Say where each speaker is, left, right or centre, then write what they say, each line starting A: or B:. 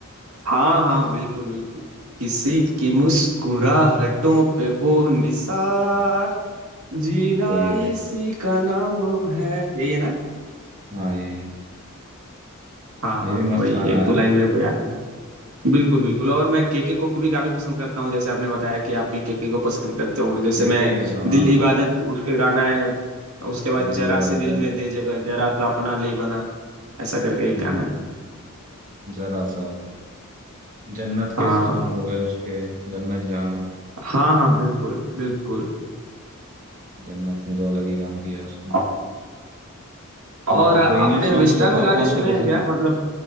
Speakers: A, on the right; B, on the right.
A: हाँ हाँ बिल्कुल बिल्कुल किसी की मुस्कुराहटों पे हो निसार
B: हाँ
A: जीना
B: वही वही
A: इसी का नाम है यही है ना
B: हाँ यही है
A: हाँ
B: ये
A: हाँ
B: भी मस्त
A: वही
B: गाना
A: एक
B: है
A: दो
B: ना
A: लाइन मेरे को याद है बिल्कुल बिल्कुल और मैं केके को भी काफी पसंद करता हूँ जैसे आपने बताया कि आप भी केके को पसंद करते हो जैसे
B: एक
A: मैं
B: एक है तो हाँ
A: दिल इबादत उसके गाना है उसके बाद
B: दिल
A: जरा
B: इबादत
A: सी दिल में दे जगह जरा सा अपना ले बना ऐसा करके एक
B: हम्म
A: गाना
B: हम्म,
A: है
B: जरा सा जन्नत
A: हाँ
B: के सॉन्ग हो गए उसके जन्नत जहाँ
A: हाँ हाँ बिल्कुल बिल्कुल
B: जन्नत में तो अलग ही काम किया उसने
A: औ- और
B: और आपको
A: आपने
B: इंग्लिश सॉन्ग्स
A: वेस्टर्न
B: बताओ
A: गाने
B: कौन
A: सुने
B: से पसंद
A: हैं क्या मतलब